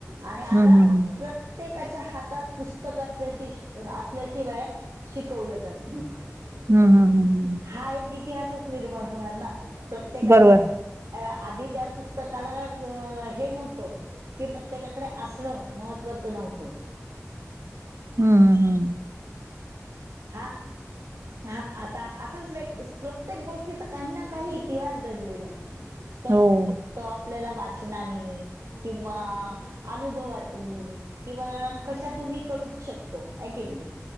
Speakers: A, on the right; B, on the right.
A: आणि आता
B: हम्म हम्म
A: प्र त्येकाच्या हातात पुस्तक असल्या असल्याशिवाय शिकवलं जात नाही. <inaudible>
B: हम्म हम्म हम्म हम्म हम्म
A: हा एक इतिहासच निर्माण होणार ना, प्रत्येकाच्या
B: बरोबर
A: ॲ आधी त्या पुस्तकाला अ क हे नव्हतं. कि प्रत्येकाकडे आसणं महत्वाचं नव्हतं.
B: आं ह ह.
A: हा हा आता असंच व्यकत्स, प्रत्येक गोष्टीचा काही ना काही इतिहास दडलेला हाय. तो
B: हो
A: तो आपल्याला वाचनानी किंवा अनुभवातून किंवा कशातूनही कळूच शकतो की, हाय की नी.